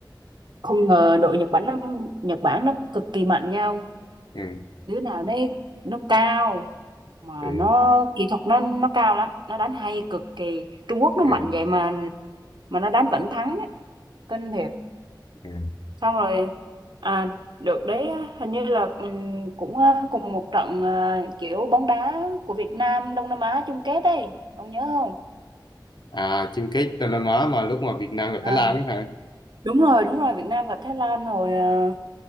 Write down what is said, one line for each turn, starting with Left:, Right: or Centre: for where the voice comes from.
Right: không ngờ đội Nhật Bản nó Nhật Bản nó cực kỳ mạnh nhau
Left: ừ.
Right: đứa nào đấy nó cao mà
Left: Ừ.
Right: nó kỹ thuật nó nó cao lắm nó đánh hay cực kỳ Trung Quốc nó
Left: Ừ.
Right: mạnh vậy mà mà nó đánh vẫn thắng ấy. kinh thiệt
Left: Ừ.
Right: xong rồi à, được đấy hình như là ừm, cũng à, cùng một trận à, kiểu bóng đá của Việt Nam Đông Nam Á chung kết ấy ông nhớ không
Left: à chung kết Đông Nam Á mà lúc mà Việt Nam gặp
Right: Ờ,
Left: Thái Lan ấy hả
Right: đúng rồi đúng rồi Việt Nam gặp Thái Lan hồi à,